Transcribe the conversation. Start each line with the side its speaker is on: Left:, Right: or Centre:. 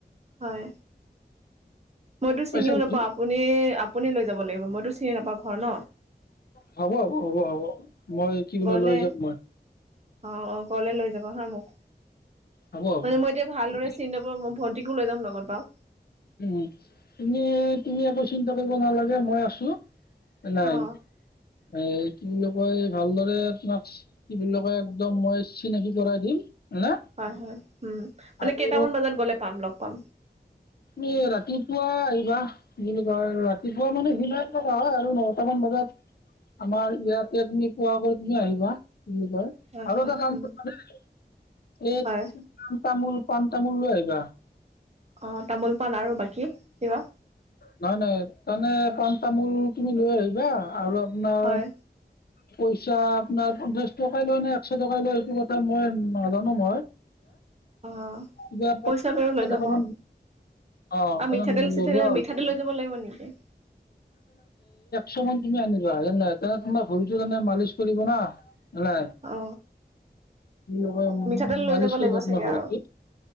Right: হয় মইতো
Left: পাইছা
Right: চিনিও
Left: বুজি
Right: নাপাওঁ আপুনি আপুনি লৈ যাব লাগিব মইতো চিনি নাপাওঁ ঘৰ ন।
Left: হ'ব হ'ব হ'ব হ'ব মই কি বোলে
Right: ঘৰলে
Left: লৈ যাম মই
Right: অ অ ঘৰলে লৈ যাবা হা মোক
Left: হ'ব হ'ব
Right: মানে মই এতিয়া ভালদৰে
Left: তুমি
Right: চিনি নাপাওঁ, মই ভণ্টিকো লৈ যাম লগত বাও
Left: উ তুমি তুমি একো চিন্তা কৰিব নালাগে মই আছো নাই
Right: অ
Left: এ কি বুলি কয় ভালদৰে তোমাক কি বুলি কয় একদম মই চিনাকি কৰাই দিম হা
Right: হয় হয় উম মানে
Left: আৰু
Right: কেইটামান বজাত গ'লে পাম লগ পাম
Left: ম ৰাতিপুৱা আহিবা। কি বুলি কয় ৰাতিপুৱা মানে সিমাই লগা হয় আৰু নটা মান ব আমাৰ ইয়াতে তুমি পোৱা কৰি তুমি আহিবা। কি বুলি কয়
Right: হয়
Left: আৰু
Right: হয়
Left: এটা কামে
Right: উম
Left: এক
Right: হয়
Left: পান তামোল পান তামুল লৈ আহিবা।
Right: অ তামোল পান আৰু বাকী কিবা!
Left: নহয় নহয় তামানে পাণ তামোল তুমি লৈ আহিবা আৰু আপোনাৰ
Right: হয়
Left: পইচা আপোনাৰ পঞ্চাশ টকাই লয় নে একশ টকাই লয় সেইটো কথা মই নাজানো মই
Right: অ
Left: কিবা পঞ্চাশ
Right: পইচা বাৰু
Left: একশ
Right: লৈ যাম
Left: টকা
Right: বাও।
Left: মান
Right: আৰু
Left: অ তেনে
Right: মিঠাতেল
Left: ল'ব
Right: চিঠাতেল
Left: আৰু
Right: মিঠা তেল লৈ যাব লাগিব নেকি?
Left: চবন তুমি আনিবা যেনে তেনে তোমাৰ ভৰিটো তেনে মালিচ কৰিব না নাই
Right: অ
Left: কি
Right: মিঠাতেল লৈ
Left: মালিচ
Right: যাব
Left: কৰিব
Right: লাগিব
Left: তোমাৰ
Right: চাগে
Left: শৰিটোত
Right: আৰু